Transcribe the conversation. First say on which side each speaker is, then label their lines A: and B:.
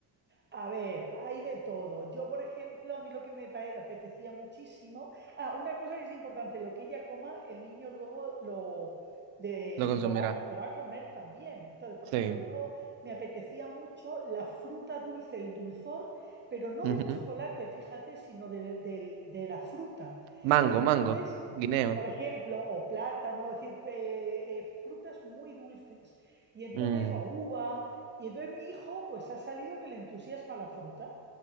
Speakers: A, on the right; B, on the right.
A: A ver, hay de todo. Yo, por ejemplo, a mí lo que me apetecía muchísimo. Ah, una cosa que es importante, lo que ella coma, el niño luego lo, de,
B: Lo consumirá.
A: lo va, lo va a comer también. Entonces, por
B: Sí.
A: ejemplo, yo me apetecía mucho la fruta dulce, el dulzor, pero no
B: Ujú.
A: del chocolate, fíjate, sino de, del- de la fruta.
B: Mango,
A: Entonces,
B: mango, guineo.
A: por ejemplo, o plátano, es decir, eh, eh, frutas muy dulces. Y entonces,
B: Mm.
A: o uva. Y entonces mi hijo, pues ha salido que le entusiasma la fruta,